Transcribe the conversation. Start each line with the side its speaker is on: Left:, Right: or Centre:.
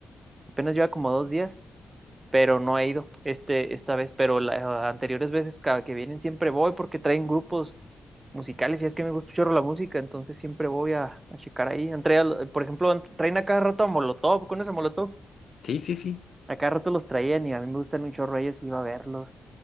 Right: Apenas lleva como dos días. pero no he ido este, esta vez, pero las ah, anteriores veces cada que vienen siempre voy porque traen grupos musicales y es que me gusta mucho la música, entonces siempre voy a, a checar ahí. Han traído, por ejemplo, han- traen a cada rato a Molotov, con ese Molotov,
Left: Sí, sí, sí.
Right: a cada rato los traían y a mí me gustan un chorro ellos y iba a verlos.